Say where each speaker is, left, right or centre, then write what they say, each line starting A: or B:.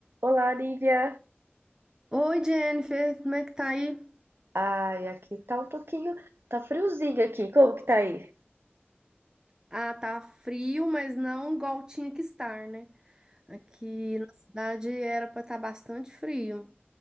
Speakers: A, on the right; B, on the right.
A: Olá, Nívia.
B: Oi, Jennifer, como é que tá aí?
A: Ai, aqui tá um pouquinho, tá friozinho aqui. Como que tá aí?
B: Ah, tá frio, mas não igual tinha que estar, né? Aqui na cidade era pra estar bastante frio.